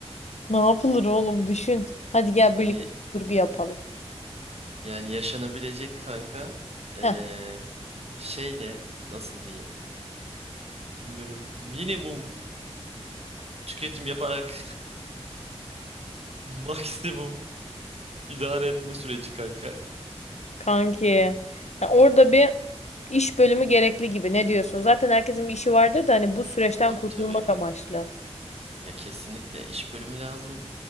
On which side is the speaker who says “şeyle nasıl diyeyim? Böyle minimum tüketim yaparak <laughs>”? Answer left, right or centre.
Right